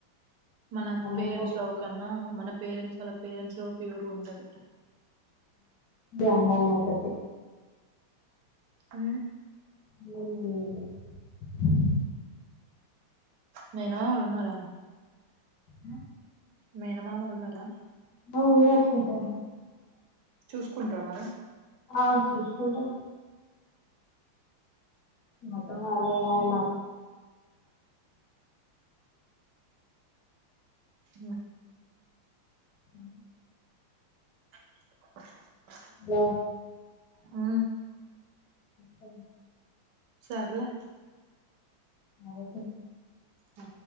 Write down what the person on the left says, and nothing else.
అమ్మమ్మ
ఒక్కతే
అమ్మమోకతి
<unintelligible>
ఆ
<unintelligible>
ఆ చసుకుంటే మొత్తం కలాయిలా
అ
వా
ఓ
అదే